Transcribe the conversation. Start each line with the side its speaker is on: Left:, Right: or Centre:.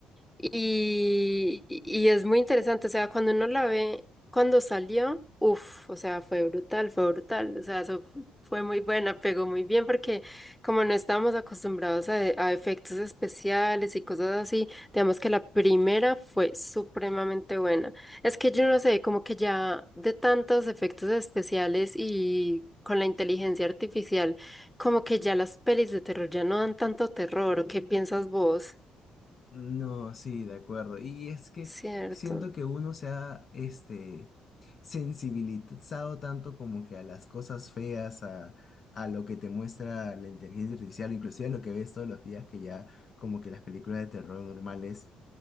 Centre: Y, y es muy interesante, o sea, cuando uno la ve, cuando salió, uff, o sea, fue brutal, fue brutal, o sea, eso fu- fue muy buena, pegó muy bien porque como no estábamos acostumbrados a, a efectos especiales y cosas así, digamos que la primera fue supremamente buena. Es que yo no sé, como que ya de tantos efectos especiales y con la inteligencia artificial, como que ya las pelis de terror ya no dan tanto terror, ¿o qué piensas vos?
Left: No, sí, de acuerdo. Y es que
Centre: Cierto.
Left: siento que uno se ha, este, sensibilizado tanto como que a las cosas feas, a, a lo que te muestra la inteligencia artificial, inclusive a lo que ves todos los días, que ya como que las películas de terror normales